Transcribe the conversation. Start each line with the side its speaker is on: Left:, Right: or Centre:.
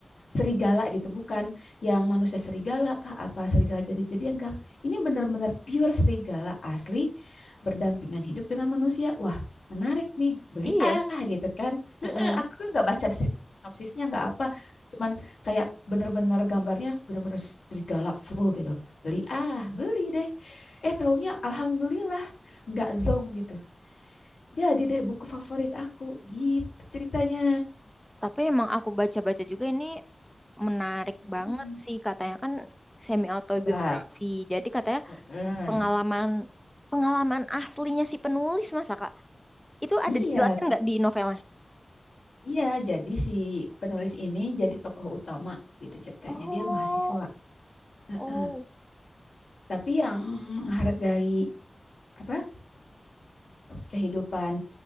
Left: serigala gitu, bukan yang manusia serigala kah apa serigala jadi-jadian kah. Ini benar-benar pure serigala asli berdampingan hidup dengan manusia. Wah, menarik nih. Beli
Centre: Eh, iya.
Left: ah gitu kan. Heeh,
Centre: Mm-mm.
Left: aku kan nggak baca sinopsisnya nggak apa. Cuman kayak bener-bener gambarnya bener-bener serigala full gitu. Beli ah, beli deh. Eh taunya alhamdulillah nggak zong gitu. Jadi deh buku favorit aku gitu ceritanya.
Centre: Tapi emang aku baca-baca juga ini menarik banget
Left: Hmm,
Centre: sih katanya kan semi autobiografi.
Left: Coba.
Centre: Jadi katanya
Left: Heeh.
Centre: pengalaman pengalaman aslinya si penulis masa Kak? Itu
Left: Iya,
Centre: ada dijelaskan nggak di novelnya?
Left: iya. Jadi si penulis ini jadi tokoh utama gitu ceritanya.
Centre: Oh,
Left: Dia mahasiswa. Heeh.
Centre: oh.
Left: Tapi yang menghargai apa kehidupan